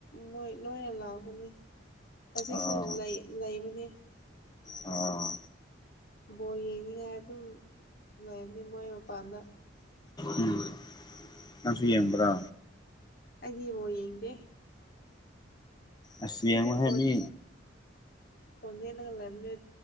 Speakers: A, on the left; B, on the left.
A: ꯃꯣꯏ ꯂꯣꯏꯅ ꯂꯥꯛꯄꯅꯦ ꯍꯧꯖꯤꯛꯁꯨ
B: ꯑꯥ
A: ꯂꯩ ꯂꯩꯕꯅꯦ
B: ꯑꯥ
A: ꯕꯣꯜ ꯌꯦꯡꯅꯤꯡꯉꯥꯏ ꯑꯗꯨꯝ ꯂꯩꯕꯅꯦ ꯃꯣꯏ ꯃꯄꯥꯟꯗ
B: ꯎꯝ ꯅꯪꯁꯨ ꯌꯦꯡꯕ꯭ꯔꯣ
A: ꯑꯩꯗꯤ ꯏꯃꯛ ꯌꯦꯡꯗ ꯦ
B: ꯑꯁ ꯌꯦꯡꯉꯨꯍꯦ
A: ꯏꯗꯤ ꯐꯣꯟꯣꯟ
B: ꯃꯤ
A: ꯐꯣꯟ ꯃꯦꯠ ꯂꯒ ꯂꯩꯕꯅꯦ